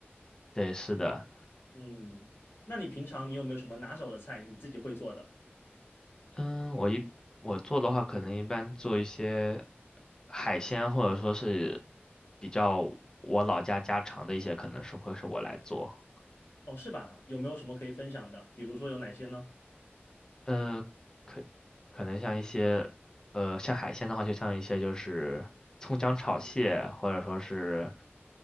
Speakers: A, on the left; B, on the left.
A: 对，是的。
B: 嗯，那你平常你有没有什么拿手的菜你自己会做的？
A: 嗯，我一我做的话，可能一般做一些海鲜或者说是比较我老家家常的一些，可能是会是我来做。
B: 哦，是吧？有没有什么可以分享的？比如说有哪些呢？
A: 呃，可可能像一些呃，像海鲜的话，就像一些就是葱姜炒蟹，或者说是